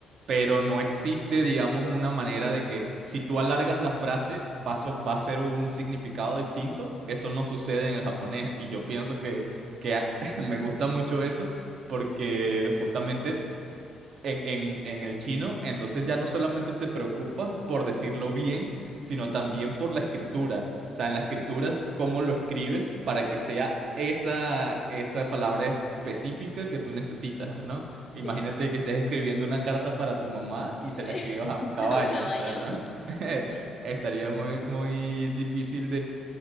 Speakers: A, on the right; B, on the left.
A: Pero no existe, digamos, una manera de que si tú alargas la frase va a, so- va a ser un significado distinto. Eso no sucede en el japonés. Y yo pienso que, que a- <laughs> me gusta mucho eso porque justamente en, en- en el chino, entonces ya no solamente te preocupas por decirlo bien, sino también por la escritura. O sea, en la escritura, cómo lo escribes para que sea esa, esa palabra específica que tú necesitas, ¿no? Imagínate
B: sí.
A: que estés escribiendo una carta para tu mamá y se
B: <laughs>
A: la escribas a un caballo,
B: Un caballo.
A: o sea, ¿no? <laughs> Estaría muy, muy difícil